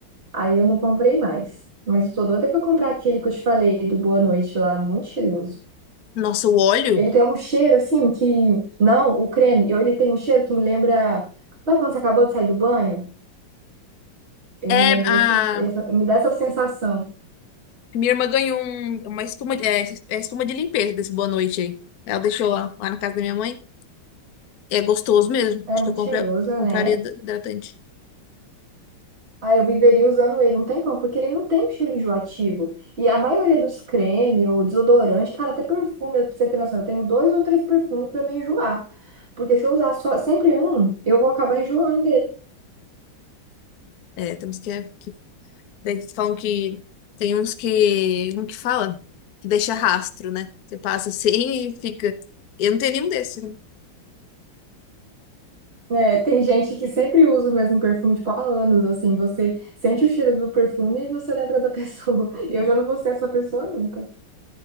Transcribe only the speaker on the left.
Nossa, o óleo?
É,
a
minha irmã ganhou um- uma espuma, de- é, é espuma de limpeza desse Boa Noite aí. Ela deixou lá, lá na casa da minha mãe. É gostoso mesmo.
Acho
que eu, compra-
eu compraria
hid- hidratante.
É, temos que, é, que. Daí eles falam que. Tem uns que. Como que fala? Que deixa rastro, né? Você passa assim e fica. Eu não tenho nenhum desses. né?